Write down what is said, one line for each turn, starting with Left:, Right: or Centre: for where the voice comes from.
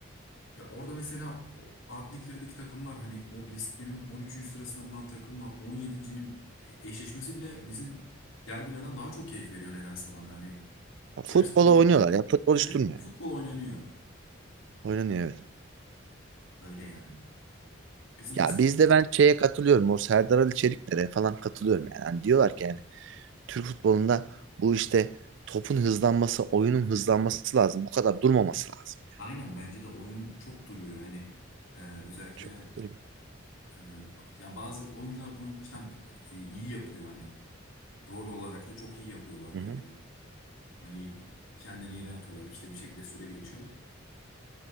Left: Ya orada mesela o alt liglerdeki takımlar hani o listenin 13. sırasında bulunan takımla 17.'nin eşleşmesi bile bizim derbilerden daha çok keyif veriyor nedense bana. Hani
Right: Ya, futbola
Left: gerçekten orada
Right: oynuyorlar ya. Futbol
Left: evet
Right: hiç durmuyor.
Left: futbol oynanıyor.
Right: Oynanıyor evet.
Left: Öyle yani. Bizim
Right: Ya
Left: mesela
Right: bizde ben şeye katılıyorum. O Serdar Ali Çelikler'e falan katılıyorum yani. Hani diyorlar ki yani Türk futbolunda bu işte topun hızlanması, oyunun hızlanması lazım. Bu kadar durmaması lazım.
Left: aynen bence de oyun çok duruyor. Hani e, özellikle
Right: Çok duruyor.
Left: e, ba- ya bazı oyuncular bunu cidden e, iyi yapıyor hani. Rol olarak da çok iyi yapıyorlar
Right: Hı
Left: bence.
Right: hı.
Left: Hani kendini yere atıyorlar işte bir şekilde süre geçiyor.